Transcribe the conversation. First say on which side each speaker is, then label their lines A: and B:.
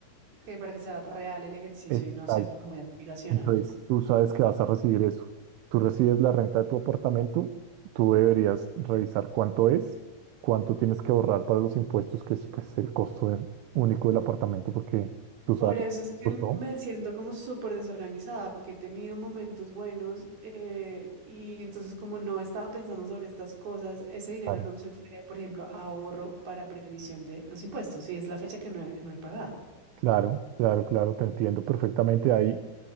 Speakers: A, on the right (about 45°); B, on the right (about 80°).
A: que para que sea real el ejercicio
B: Exacto.
A: y no sea como muy aspiracional.
B: Entonces, tú sabes que vas a recibir eso. Tú recibes la renta de tu apartamento, tú deberías revisar cuánto es, cuánto tienes que ahorrar para los impuestos, que es pues, el costo de- único del apartamento, porque tú sabes,
A: Por eso es que
B: costó.
A: me siento como súper desorganizada, porque he tenido momentos buenos eh, y entonces como no estaba pensando sobre estas cosas, ese dinero
B: Claro,
A: no se fue, por ejemplo, a ahorro para previsión de los impuestos, y es la fecha que no he, no he pagado.
B: claro, claro, claro, te entiendo perfectamente. Ahí